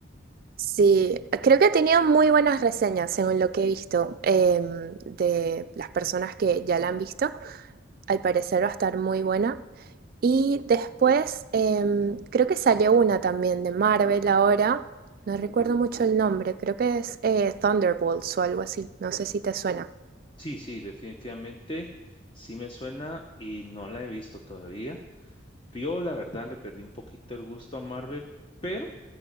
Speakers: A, on the right; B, on the left.
A: Sí, creo que ha tenido muy buenas reseñas, según lo que he visto, em, de las personas que ya la han visto. Al parecer va a estar muy buena. Y después, em, creo que salió una también de Marvel ahora. No recuerdo mucho el nombre, creo que es eh, Thunderbolts o algo así. No sé si te suena.
B: Sí, sí, definitivamente sí me suena y no la he visto todavía. Yo, la verdad, le perdí un poquito el gusto a Marvel, pero